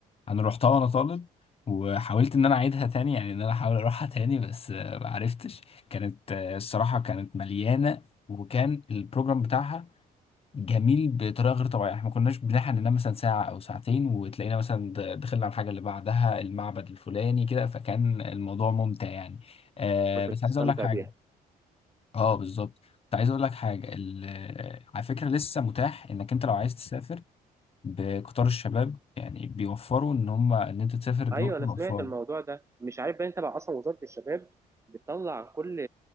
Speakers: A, on the left; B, on the right.
A: انا رحتها وانا طالب وحاولت ان انا اعيدها تاني يعني ان انا احاول اروحها تاني بس آه، ما عرفتش كانت آه، الصراحه كانت مليانه وكان البروجرام بتاعها جميل بطريقه غير طبيعيه احنا ما كناش بنلحق ننام مثلا ساعه او ساعتين وتلاقينا مثلا د- دخلنا على الحاجه اللي بعدها المعبد الفلاني كده فكان الموضوع ممتع يعني آه
B: كنت
A: بس
B: بتستمتع
A: عايز اقول لك حاجه
B: بيها
A: اه بالظبط كنت عايز اقول لك حاجه ال- آه، على فكره لسه متاح انك انت لو عايز تسافر بقطار الشباب يعني بيوفروا ان هم ان انت تسافر الاقصر
B: ايوه انا
A: واسوان
B: سمعت الموضوع ده مش عارف بقى انت بقى اصلا وزاره الشباب بتطلع كل